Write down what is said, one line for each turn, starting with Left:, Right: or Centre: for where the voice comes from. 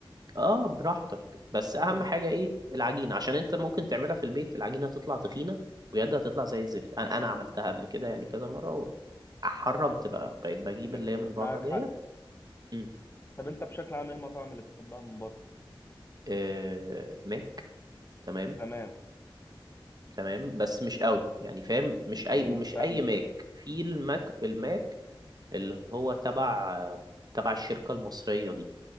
Right: اه براحتك بس أهم
Left: طب
Right: حاجة إيه العجينة عشان أنت ممكن تعملها في البيت العجينة تطلع تخينة ويدها تطلع زي الزفت أنا أنا عملتها قبل كده يعني كذا مرة وحرمت بقى بقيت بجيب
Left: <laughs>
Right: اللي هي من
Left: معاك
Right: بره ديت
Left: حق
Right: مم.
Left: طب انت بشكل عام ايه المطاعم اللي بتحبها من بره
Right: آه ماك تمام
Left: تمام
Right: تمام بس مش قوي يعني فاهم مش اي
Left: مم.
Right: ومش
Left: فاهمك
Right: اي ماك في الماك الماك اللي هو تبع تبع الشركة المصرية دي